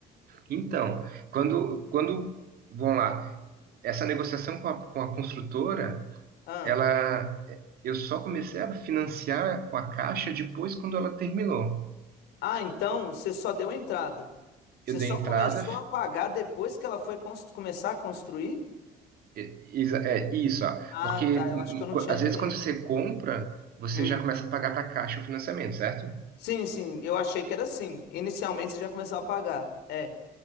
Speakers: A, on the right (about 65°); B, on the left (about 80°).
A: Então, quando, quando, vamos lá, essa negociação com a, com a construtora,
B: Ah,
A: ela, eu só comecei a financiar com a Caixa depois quando ela terminou.
B: ah, então você só deu a entrada.
A: Eu
B: Você
A: dei
B: só
A: entrada,
B: começou a pagar depois que ela foi cons- começar a construir?
A: É, exa- é, isso, ó.
B: Ah,
A: Porque
B: tá.
A: hum,
B: Eu acho que eu não
A: hum, qu-
B: tinha
A: às
B: entendido.
A: vezes quando você compra, você
B: Hum.
A: já começa a pagar para a Caixa o financiamento, certo?
B: Sim, sim. Eu achei que era assim. Inicialmente você já começou a pagar. É,